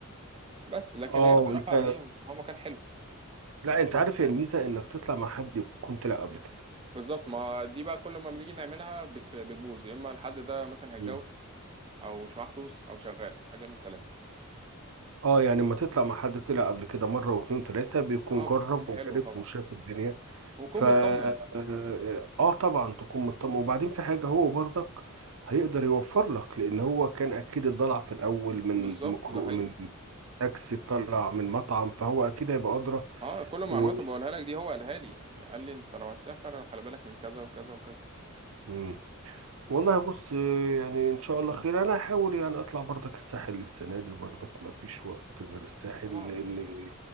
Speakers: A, on the right (about 25°); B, on the right (about 70°).
A: بس لكن
B: اه
A: هي بصراحة
B: وانت
A: هي هو مكان حلو يعني
B: لا انت عارف هي الميزه انك تطلع مع حد يكون طلع قبل كده
A: بالظبط ما دي بقى كل ما بنيجي نعملها بتخ... بتبوظ يا اما الحد ده مثلا هيتجوز
B: مم.
A: او مش معاه فلوس او شغال حاجة من التلاتة يعني
B: اه يعني لما تطلع مع حد طلع قبل كده مره واتنين تلاته بيكون
A: اه
B: جرب
A: بتكون حلوة
B: وعرف
A: طبعا
B: وشاف الدنيا
A: وكون
B: ف اه
A: مطمن
B: آه طبعا تكون مطمئن وبعدين في حاجه هو برضك هيقدر يوفر لك لان هو كان اكيد اتضلع في الاول من
A: بالظبط
B: مكرو
A: ده حقيقي
B: من تاكسي طلع من مطعم فهو اكيد هيبقى ادرى
A: اه كل المعلومات
B: و
A: اللي بقولها لك دي هو قالها لي يعني قال لي انت لو هتسافر خلي بالك من كذا وكذا وكذا
B: مم. والله بص يعني ان شاء الله خير انا هحاول يعني اطلع برضك الساحل السنه دي برضك ما فيش وقت غير الساحل
A: اه
B: لان
A: هي